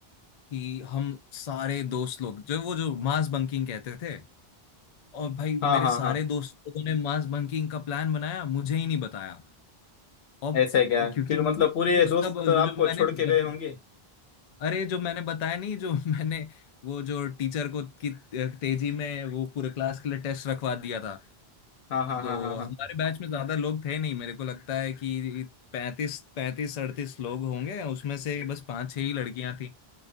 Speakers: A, on the left; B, on the left.
A: कि हम सारे दोस्त लोग जो वो जो मास बंकिंग कहते थे और भाई
B: हाँ
A: मेरे
B: हाँ
A: सारे
B: हाँ
A: दोस्त लोगों ने मास बंकिंग का प्लान बनाया मुझे ही नहीं बताया और
B: ऐसा है क्या
A: क्योंकि
B: फिर मतलब पूरे
A: उसका
B: दोस्त
A: ब-
B: आपको
A: वो जो मैंने
B: छोड़
A: बत,
B: के गए होंगे
A: अरे जो मैंने बताया नहीं जो <laughs> मैंने वो जो टीचर को की तेजी में वो पूरे क्लास के लिए टेस्ट रखवा दिया था
B: हाँ हाँ हाँ
A: तो
B: हाँ हाँ
A: हमारे बैच में ज्यादा लोग थे नहीं मेरे को लगता है कि पैंतीस पैंतीस अड़तीस लोग होंगे उसमें से बस पांच छह ही लड़कियां थी